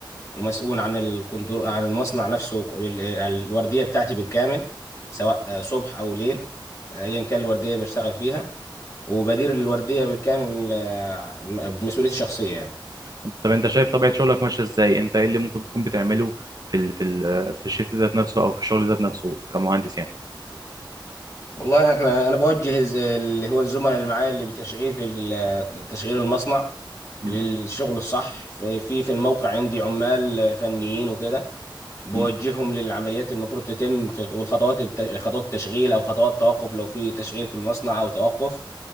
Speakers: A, on the left; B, on the right.
A: ومسؤول عن الكندور عن المصنع نفسه بال- الوردية بتاعتي بالكامل سواء آه، صبح أو ليل أيا كان الوردية اللي بشتغل فيها وبدير الوردية بالكامل آه، م- بمسؤوليتي الشخصية يعني
B: انت طب انت شايف طبيعه شغلك ماشيه ازاي انت ايه اللي ممكن تكون بتعمله في ال في ال في الشيت ذات نفسه او في الشغل ذات نفسه كمهندس يعني
A: والله احنا انا بوجه الز- اللي هو الزملاء اللي معايا اللي بتشغيل في ال- تشغيل المصنع
B: مم.
A: للشغل الصح في في في الموقع عندي عمال فنيين وكده بوجههم
B: مم.
A: للعمليات المفروض تتم في والخطوات الت- خطوات التشغيل او خطوات توقف لو في تشغيل في المصنع او توقف